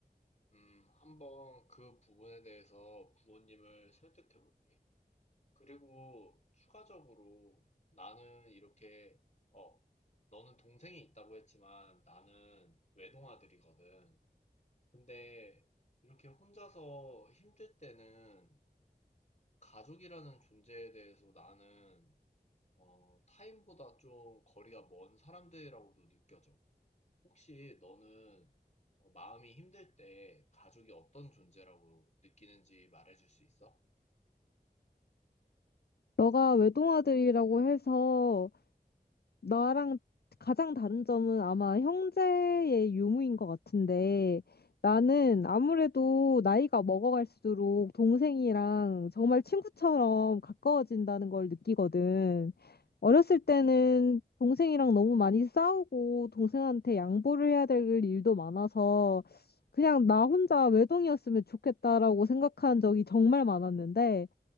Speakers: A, on the left; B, on the left.
A: 음, 한번 그 부분에 대해서 부모님을 설득해 볼게. 그리고 추가적으로 나는 이렇게, 어, 너는 동생이 있다고 했지만 나는 외동아들이거든. 근데 이렇게 혼자서 힘들 때는 가족이라는 존재에 대해서 나는, 어, 타인보다 좀 거리가 먼 사람들이라고도 느껴져. 혹시 너는 어, 마음이 힘들 때 가족이 어떤 존재라고 느끼는지 말해줄 수 있어?
B: 너가 외동아들이라고 해서 나랑 가장 다른 점은 아마 형제의 유무인 것 같은데 나는 아무래도 나이가 먹어갈수록 동생이랑 정말 친구처럼 가까워진다는 걸 느끼거든. 어렸을 때는 동생이랑 너무 많이 싸우고 동생한테 양보를 해야 될 일도 많아서 그냥 나 혼자 외동이었으면 좋겠다라고 생각한 적이 정말 많았는데